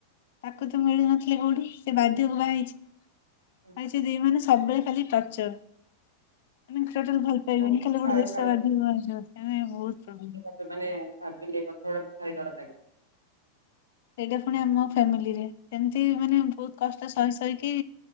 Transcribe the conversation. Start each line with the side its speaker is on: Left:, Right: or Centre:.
Left: ତାକୁ
Right: ହୁଁ
Left: ତ ମିଳୁନଥିଲେ କୋଉଠି ସେ ବାଧ୍ୟକୁ ବାହା ହେଇଛି
Right: ହୁଁ
Left: ଆ ସେ ଦି ମାନେ ସବବେଳେ ଖାଲି ଟର୍ଚର ମାନେ ଟୋଟା ଭଲ ପାଇବନ
Right: ହଉ
Left: <unintelligible>
Right: ଛାଡ ଛାଡ
Left: ଦେଶବାଉ ବହୁତ ପ୍ରୋବ୍ଲେମ୍
Right: ସେମାନେ ଭାବିଲେ କଥା ଗୁଡା ଭାରି ଡର ଲାଗେ
Left: ସେଇଟା ପୁଣି ଆମ ଫ୍ୟାମିଲିରେ ସେମତି ମାନେ ବହୁତ କଷ୍ଟ ସହି ସହିକି